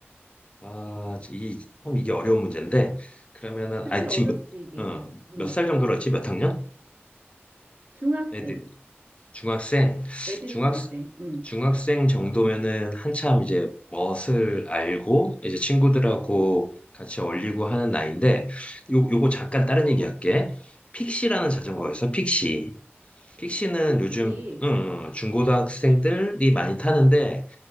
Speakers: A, on the left; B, on the right.
A: 아, 이, 참 이게 어려운 문제인데, 그러면은,
B: 그치,
A: 아, 지금,
B: 어렵지, 이게.
A: 몇, 어, 몇살
B: 응.
A: 정도로 했지? 몇 학년?
B: 중학생.
A: 애들, 중학생,
B: 애들이
A: 중학,
B: 중학생. 응.
A: 중학생 정도면은 한참 이제 멋을 알고, 이제 친구들하고 같이 어울리고 하는 나이인데, 요, 요거 잠깐 다른
B: 어,
A: 얘기 할게. 픽시라는 자전거가
B: 어,
A: 있어, 픽시. 픽시는
B: 픽시.
A: 요즘, 음, 중고등학생들이 많이 타는데,